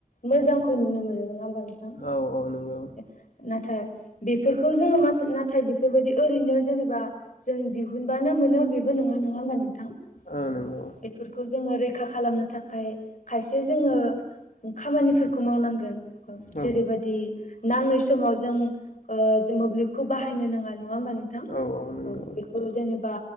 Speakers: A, on the left (about 65°); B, on the left (about 80°).
A: मोजांखौ नुनो मोनो नङा होम।
B: औ औ नंगौ
A: <inaudible> बेफोरखौ जोङो म-नाथाय बेफोरबायाददि ओरैनो जेनेबा जों दिहुनबानो मोनो बेबो नङा नङा होमबा नोंथां। बेफोरखौ
B: औ नंगौ
A: जोङो रैख रैखा खालामनो थाखाय खायसे जोङो खामानिफोरखौ मावनांगोन।
B: औ
A: जेरैबायदि नाङै समाव जों ओ-जों मोब्लिबखौ। बाहायनो नाङा नङा होमबा नोंथां
B: औ नंगौ
A: औ बेखौ जेनेबा।